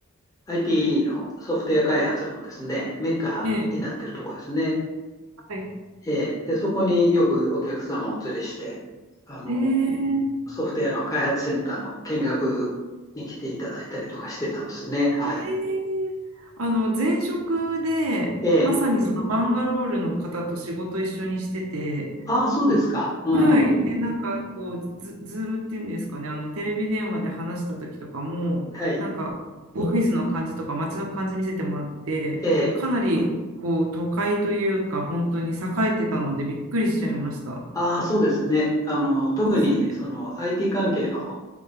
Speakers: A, on the left; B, on the right.
A: IT のソフトウェア開発のですね、メッカになってるところですね。
B: ええはい。
A: えーで、そこによくお客様をお連れして、あの、
B: ええ
A: ソフトウェアの開発センターの見学に来ていただいたりとかしてたんですね。はい。
B: ええあの、前職で、
A: えー
B: まさにそのバンガロールの方と仕事一緒にしてて、
A: ああ、そうですか。うん。
B: はい。
A: は
B: で、なんかこう、ズ、ズームっていうんですかね、あのテレビ電話で話した時とかも、
A: い。
B: なんかオフィスの感じとか街の感じ見せてもらって、
A: えー
B: かなうりうんこう都会というか、本当に栄えてたのでびっくりしちゃいました。
A: ああ、そうですね。あの、特にその
B: そうですよね。
A: IT 関係の